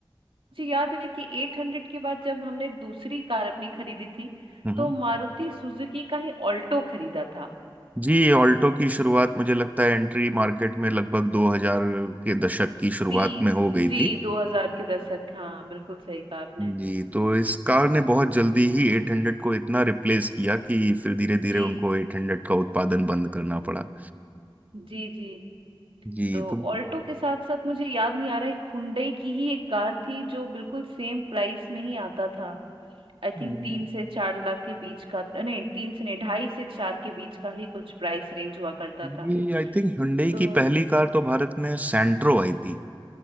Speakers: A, on the right; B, on the right.
A: मुझे याद है कि एट हंड्रेड के बाद जब हमने दूसरी कार अपनी खरीदी थी
B: हम्म।
A: तो मारुति सुजुकी का ही ऑल्टो खरीदा था
B: जी ऑल्टो की शुरुआत मुझे लगता है एंट्री मार्केट में लगभग 2000 के दशक की शुरुआत
A: ती
B: में हो गई
A: जी
B: थी
A: दो हजार के दशक हाँ बिल्कुल सही कहा आपने
B: जी तो इस कार ने बहुत जल्दी ही 800 को इतना रिप्लेस किया कि फिर धीरे
A: जी
B: धीरे उनको 800 का उत्पादन बंद करना पड़ा
A: जी जी
B: जी
A: तो
B: तो
A: ऑल्टो के साथ साथ मुझे याद नहीं आ रहा एक हुंडई की ही एक कार थी जो बिल्कुल सेम प्राइस में ही आता था आई
B: हम्म,
A: थिंक तीन से चार लाख के बीच का नहीं तीन से नहीं ढाई से चार के बीच का ही कुछ प्राइस रेंज हुआ करता था
B: ये आई थिंक Hyundai
A: तो
B: की पहली कार तो भारत में सेंट्रो आई थी।